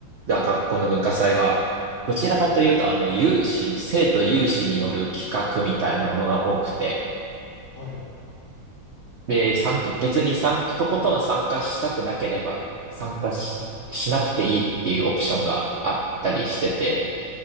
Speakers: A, on the right (about 65°); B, on the left (about 25°).
A: が学校の文化祭は、どちらかというと、あの、有志、生徒有志による企画みたいなものが多くて、
B: はい。
A: で、参加、別に参加、とことん参加したくなければ、参加し、
B: はい。
A: しなくていいっていうオプションがあったりしてて、